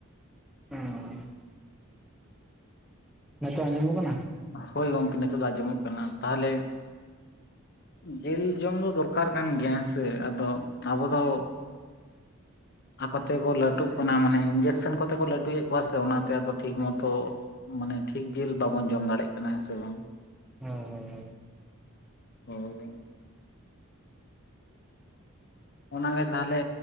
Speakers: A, in the centre; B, on the left (about 45°).
A: ᱦᱩᱸ ᱱᱤᱛᱚᱜ ᱟᱸᱡᱚᱢᱚᱜ ᱠᱟᱱᱟ?
B: ᱦᱳᱭ ᱜᱚᱝᱠᱮ ᱱᱤᱛᱚᱜ ᱫᱚ ᱟᱸᱡᱚᱢᱚᱜ ᱠᱟᱱᱟ᱾ ᱛᱟᱦᱚᱞᱮ ᱡᱤᱞ ᱡᱚᱢ ᱫᱚ ᱫᱚᱨᱠᱟᱨ ᱠᱟᱱ ᱜᱮᱭᱟ᱾ ᱦᱮᱸᱥᱮ? ᱟᱫᱚ ᱟᱵᱚ ᱫᱚ ᱟᱠᱚ ᱛᱮᱠᱚ ᱞᱟᱹᱴᱩᱜ ᱠᱟᱱᱟ, ᱢᱟᱱᱮ ᱤᱧᱡᱮᱠᱥᱮᱱ ᱠᱚᱛᱮ ᱠᱚ ᱞᱟᱹᱴᱩᱭᱮᱫ ᱠᱚᱣᱟ ᱥᱮ, ᱚᱱᱟᱛᱮ ᱟᱫᱚ ᱴᱷᱤᱠ ᱢᱚᱛᱚ ᱢᱟᱱᱮ ᱴᱷᱤᱠ ᱡᱤᱞ ᱵᱟᱵᱚᱱ ᱡᱚᱢ ᱫᱟᱲᱮᱭᱟᱜ ᱠᱟᱱᱟ, ᱦᱮᱸᱥᱮ ᱵᱟᱝ?
A: ᱦᱚᱭ ᱦᱚᱭ ᱦᱚᱭ
B: <inaudible> ᱦᱳᱭ ᱚᱱᱟ ᱜᱮ ᱛᱟᱦᱚᱞᱮ